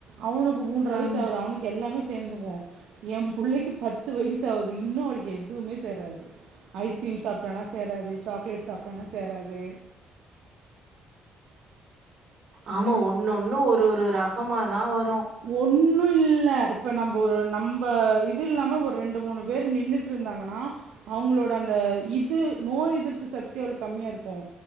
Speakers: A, on the right; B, on the right.
A: அவனுக்கு மூன்ற
B: ம்
A: வயசு ஆவுது அவனுக்கு எல்லாமே சேந்துக்குவோ என் புள்ளைக்கு பத்து வயசாவுது இன்னும் அவளுக்கு எதுவுமே சேராது ஐஸ்கிரீம் சாப்ட்டானா சேராது சாக்லேட் சாப்ட்டானா சேராது
B: ஆமா ஒன்னொண்ணு ஒரு ஒரு ரகமாதா வர்
A: ஒன் ன்னும் இல்ல இப்ப நம்போ ஒரு நம்ப இது இல்லாம ஒரு ரெண்டு மூணு பேர் நின்னுட்ருந்தாங்கன்னா அவுங்களோட அந்த இது நோய் எதிர்ப்பு சக்தி அவளுக்கு கம்மியா இருக்கும்